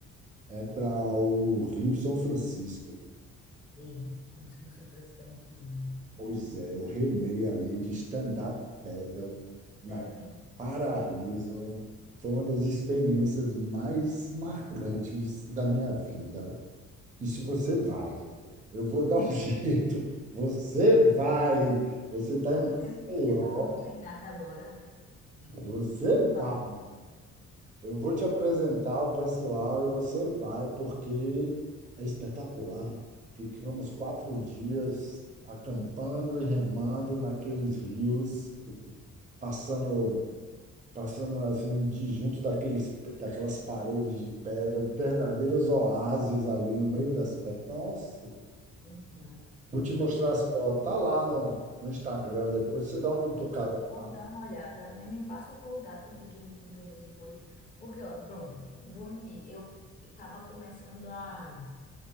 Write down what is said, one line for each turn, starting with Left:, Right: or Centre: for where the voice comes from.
Right: É, é para o Rio São Francisco.
Left: e o Rio São Francisco é muito lindo.
Right: Pois é, eu remei ali de stand-up paddle na
Left: Sério mesmo.
Right: Paraíso. Foi uma das experiências mais marcantes da minha vida. E se você vai, eu vou dar um <laughs> jeito. Você vai. Você está
Left: Não,
Right: em
Left: eu tenho que
Right: Maceió.
Left: ir, eu tô sendo obrigada agora.
Right: Você
Left: Rapaz,
Right: vai. Eu vou te apresentar o pessoal e você vai, porque é espetacular. Ficamos quatro dias acampando e remando naqueles rios passando, passando assim, disjunto daqueles, daquelas paredes de pedra, verdadeiros oásis ali no meio das pedras. Nossa,
Left: vou dar
Right: vou te mostrar as fotos. Tá lá no, no Instagram, depois você dá uma cutucada
Left: vou
Right: lá.
Left: dar uma olhada, mesmo me passa o contato de quem, com quem você foi. Porque, ó, pronto, não vou mentir, eu, eu tava começando a.